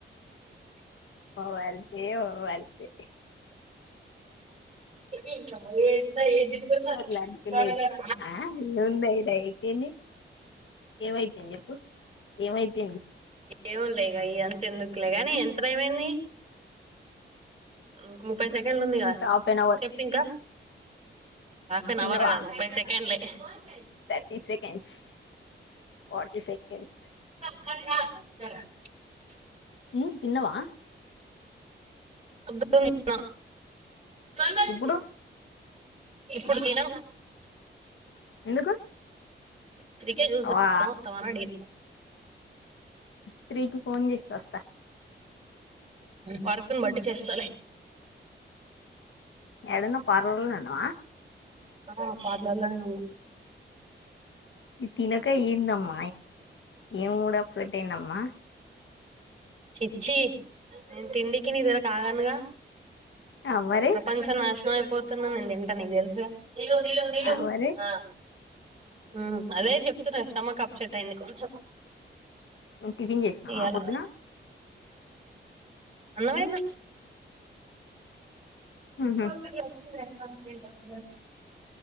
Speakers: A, on the left; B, on the right.
A: వరితే వరితే
B: ఏందే వెతుకుతున్న
A: అట్లా అనుకోలేదు
B: లడ లడ
A: ఆ ఏముంది ఇడ అయిపోయింది ఏమైపోయింది చెప్పు ఏమైతే పే
B: ఏవొలే యైఅంత ఎందుకులే గాని యంత్రం ఏమైంది ఇ ముప్పై సెకండ్లు ఉంది క
A: ఇంకా హాఫ్ అన్ అవర్
B: చెప్పంకా హాఫ్ అన్
A: తిన్నవా
B: అవర్ కాదు ముప్పై సెకండ్లే ఎ
A: థర్టీ సెకండ్స్ ఫాటీ సెకండ్స్
B: అ
A: ఉ తిన్నవా
B: అబ్ వచ్చావ మేసిరి
A: ఇప్పుడు
B: ఇప్పుడు తిన
A: ఎందుకు
B: అందుకే చూ
A: వా
B: వస్తావా అని అడిగిన
A: త్రీకి ఫోన్ చేయ్ వస్తా
B: వర్క్ ని బట్టి చేస్తాలే
A: ఎడున్నా పార్లల్లోనే ఉన్నవ
B: ఆ పార్లర్లోనే ఉన్నా
A: తినకా ఎందమ్మ ఏం మూడ్ ఆఫ్ పట్టిందమ్మా
B: చిచ్చి నేను తిండికి నీదలా కాగనగా
A: అవ్వరే
B: ప్రపంచ నాశనం అయిపోతుం ఏమైనా నేను తింటా నీకు తెలుసుగా నీలు నీలు నీలు
A: అవ్వరే
B: అ హ్మ్ అదే చెప్తున్నా స్టమక్ అప్సెట్ అయింది కొంచెం
A: టిఫిన్ చేసినావ
B: ఇయ్యాల
A: పొద్దున
B: అన్నమయినా
A: ఉహు
B: ఈ రోజుకి వచ్చింది ర